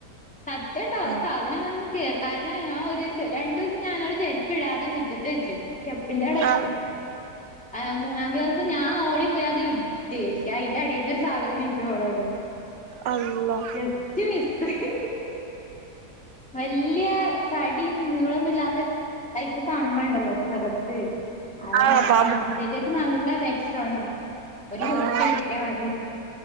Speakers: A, in the centre; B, on the right.
A: സത്യണ്ടോ
B: എന്ത്
A: സാധനം വന്നി കാരണം ഞാൻ ഒരു ദിവസം രണ്ടു ദിവസം ഞാനടെ ചെരുപ്പ്‌ ഇടാതെ മുറ്റത്ത് വെച്ചു സ്റ്റെപ്പിന്റെട വെച്ച്
B: ആഹ്
A: ആ മൂന്നാം ദിവസം ഞാൻ ഓടി പോയി അത് ഇട- തീർച്ചയായും തിന്റെ എടേന്നു ഒരു സാധനം <unintelligible>
B: അള്ളാ
A: ജസ്റ്റ് മിസ് വല്യ തടിയും നീളൊന്നും ഇല്ലാത്ത ടൈപ്പ് സാധനങ്ങളുണ്ടല്ലോ ചെറുത് അ
B: ആഹ്
A: അങ്ങനത്തക്കെ
B: പാമ്പ്
A: നല്ല വെഷം <unintelligible> ഒരു
B: ആഹ്
A: <unintelligible> കിട്ടിയാ മതി